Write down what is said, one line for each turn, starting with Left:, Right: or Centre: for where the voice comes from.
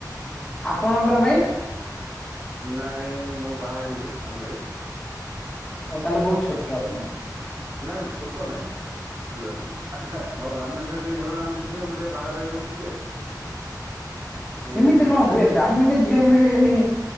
Left: ଆପଣଙ୍କର
Right: ଆଉ
Left: ଭାଇ
Right: ନାଇଁ ମୁଁ ବାହା ହେଇନି ଆମଡେ
Left: ହଉ ତାହେଲେ ବହୁତ ଛୋଟ ଆପଣଙ୍କଠୁ।
Right: ନା ନା ଛୋଟ ନାଇଁ। ବୁଝିଲନି ଆମ ବ୍ରାହ୍ମଣ ଟରେ ଟିକେ ମିଳୁନାହାନ୍ତି ଝିଅ ମୁଁ ଟିକେ ବାହାରେ ରହିଗଲି ଟିକେ
Left: ସେମିତି
Right: ଏଇ ହିସାବରେ
Left: କଣ ହୁଏ ବ୍ରାହ୍ମୀଣରେ ଝିଅ ମିଳିବେନି